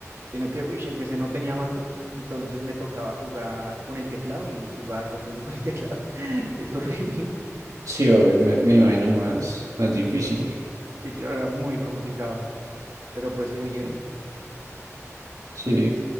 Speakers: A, on the right; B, on the right.
A: sino que, uy, en PC no tenía mando, entonces me tocaba jugar con el teclado y jugar Rocket League con el <laughs> teclado. Es horrible.
B: sí, obvio, me, me imagino más, más difícil.
A: Y claro, era muy complicado. Pero pues sí,
B: Sí,
A: Miguel.
B: sí,